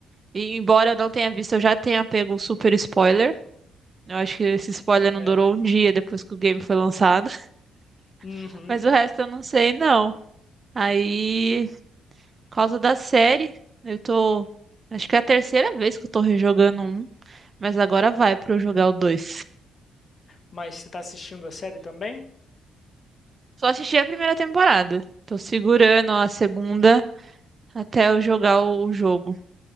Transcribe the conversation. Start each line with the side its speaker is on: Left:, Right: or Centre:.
Right: E embora eu não tenha visto, eu já tenha pego um super spoiler. Eu acho que esse spoiler não
Left: É.
Right: durou um dia depois que o game foi lançado.
Left: Uhum.
Right: <laughs> Mas o resto eu não sei, não. Aí, por causa da série, eu tô. Acho que é a terceira vez que eu tô rejogando um. Mas agora vai pra eu jogar o dois.
Left: Mas você tá assistindo a série também?
Right: Só assisti a primeira temporada. Tô segurando a segunda. até eu jogar o jogo.